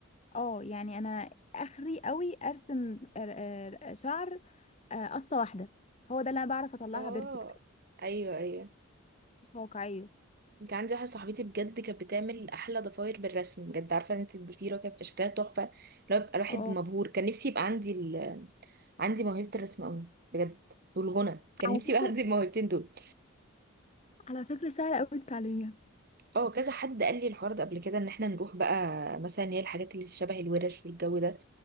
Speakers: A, on the left; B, on the right.
A: اه يعني انا اخري قوي ارسم ر- آه، ر- شعر آه، قصه واحده هو ده اللي انا بعرف اطلعها
B: اه
A: بيرفكت
B: ايوه ايوه
A: مش واقعيه
B: كان عندي واحدة صاحبتي بجد كانت بتعمل احلى ضفاير بالرسم بجد عارفة انت الضفيرة كانت بيبقى شكلها تحفة لو بيبقى الواحد
A: اه
B: مبهور كان نفسي يبقى عندي ال... عندي موهبة الرسم قوي بجد والغنى كان
A: على
B: نفسي
A: فكرة
B: يبقى عندي الموهبتين دول
A: على فكرة سهلة أوي تتعلميها
B: اه كذا حد قال لي الحوار ده قبل كده ان احنا نروح بقى مثلا هي الحاجات اللي شبه الورش والجو ده